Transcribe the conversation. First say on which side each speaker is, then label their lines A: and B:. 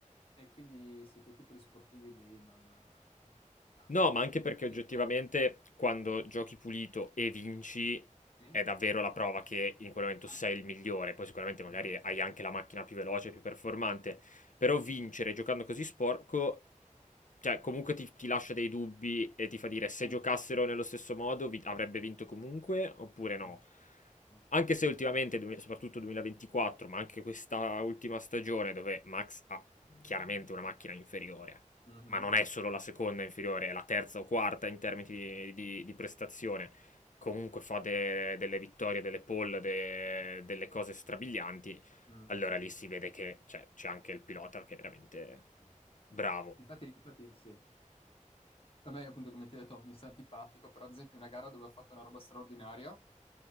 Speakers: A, on the left; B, on the left.
A: E quindi sì, quel tipo di sportivi lì non, non mi entusiasmano.
B: No, ma anche perché
A: Eh,
B: oggettivamente quando giochi pulito e vinci
A: sì,
B: è davvero la prova che in quel momento sei
A: eh,
B: il migliore. Poi sicuramente magari
A: esatto.
B: hai anche la macchina più veloce, più performante,
A: Eh, sì,
B: però vincere
A: sì,
B: giocando così sporco, cioè comunque ti, ti lascia
A: sì.
B: dei dubbi e ti fa dire se
A: Sì,
B: giocassero nello stesso modo vi- avrebbe vinto comunque oppure no.
A: sì, sì.
B: Anche se ultimamente, du- soprattutto 2024, ma anche questa ultima stagione dove Max ha chiaramente una macchina inferiore
A: Mhm,
B: ma non è solo la seconda inferiore, è la terza o quarta in termini di, di- di prestazione. Comunque fa de- delle vittorie, delle pole, de- delle cose strabilianti.
A: mm,
B: Allora lì si vede che
A: mm,
B: cioè, c'è anche il pilota che è veramente
A: mm.
B: bravo.
A: Infatti, infatti, sì. A me, appunto, come ti ho detto, mi sta antipatico, però ad esempio una gara dove ho fatto una roba straordinaria,